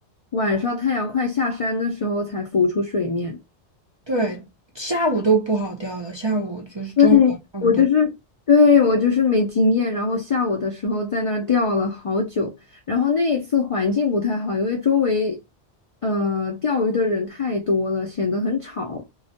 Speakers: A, on the left; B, on the right.
A: 晚上太阳快下山的时候才浮出水面。
B: 对，下午都不好钓了，下午就是中午到下午都，
A: 对，我就是，对，我就是没经验，然后下午的时候在那儿钓了好久，然后那一次环境不太好，因为周围，呃，钓鱼的人太多了，显得很吵，